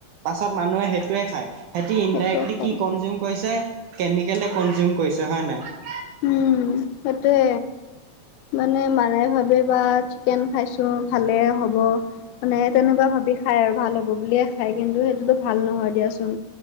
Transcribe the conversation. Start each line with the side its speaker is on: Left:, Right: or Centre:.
Right: পাছত মানুহে সেইটোৱে খায় হেতি ইনডাইৰেক্টলি
Left: সেইটোৱে খাই।
Right: কমজিম কৰিছে কেমিকেল এ কমজিম কৰিছে হয় নাই।
Left: উম সেইটোৱে। মানে মানে ভাবে বা চিকেন খাইছো ভালে হ'ব। মানে তেনেকুৱা ভাবি খাই আৰু ভাল হ'ব বুলিয়ে খাই কিন্তু সেইটোতো ভাল নহয় দিয়াচোন।